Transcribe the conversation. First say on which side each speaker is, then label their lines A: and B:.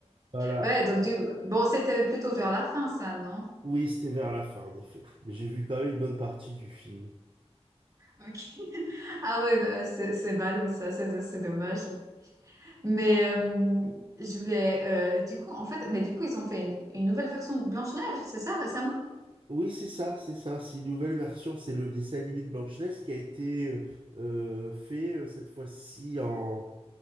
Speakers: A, on the right; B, on the right.
A: Voilà.
B: Ouais, donc du... Bon, c'était plutôt vers la fin, ça, non?
A: Oui, c'était vers la fin en effet. Mais j'ai vu quand même une bonne partie du film.
B: Ok. <laughs> Ah ouais, bah, ouais, c'est c'est ballot, ça, c'est c'est dommage. Mais euh, je voulais... euh, du coup, en fait, mais du coup, ils ont fait une, une nouvelle version de Blanche-Neige, c'est ça, récemment?
A: Oui, c'est ça, c'est ça. C'est une nouvelle version. C'est le dessin animé de Blanche-Neige qui a été euh, euh, fait euh, cette fois-ci en